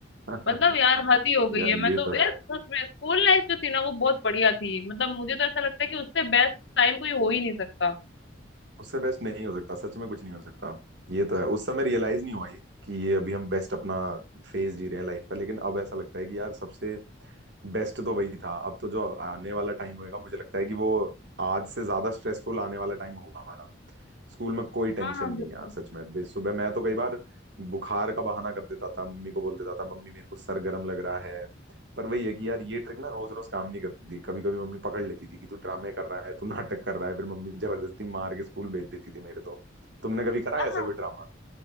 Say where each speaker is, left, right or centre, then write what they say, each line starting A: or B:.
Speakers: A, on the right; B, on the left.
A: <laughs>
B: मतलब यार हद ही हो गई
A: यार
B: है
A: ये
B: मैं तो
A: तो
B: यार
A: है
B: सच में स्कूल लाइफ जो थी ना वो बहुत बढ़िया थी मतलब मुझे तो ऐसा लगता है कि उससे बेस्ट टाइम कोई हो ही नहीं सकता
A: उससे बेस्ट नहीं हो सकता सच में कुछ नहीं हो सकता ये तो है उस समय रियलाइज नहीं हुआ ये कि ये अभी हम बेस्ट अपना फेज जी रहे हैं लाइफ का लेकिन अब ऐसा लगता है कि यार सबसे बेस्ट तो वही था अब तो जो आने वाला टाइम होएगा मुझे लगता है कि वो आज से ज्यादा स्ट्रेसफुल आने वाला टाइम होगा हमारा स्कूल में कोई टेंशन
B: हाँ हाँ
A: नहीं
B: बिल्कुल
A: यार सच में बे- सुबह मैं तो कई बार बुखार का बहाना कर देता था मम्मी को बोल देता था मम्मी मेरे को सर गर्म लग रहा है पर वही है कि यार ये ट्रिक ना रोज रोज काम नहीं करती थी कभी कभी मम्मी पकड़ लेती थी कि तू ड्रामे कर रहा है तू नाटक कर रहा है फिर मम्मी जबरदस्ती मार के स्कूल भेज देती थी मेरे तो तुमने कभी करा
B: हाँ
A: है ऐसा कोई ड्रामा